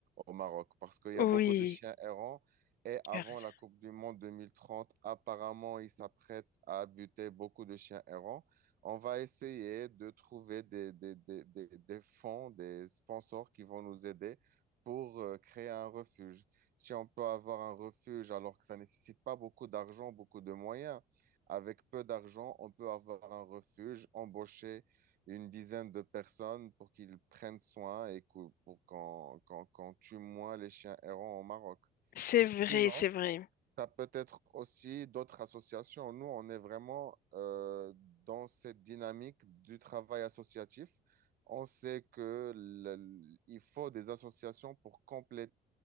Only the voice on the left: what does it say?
Oui,
tu
as raison.
C'est vrai,
c'est vrai.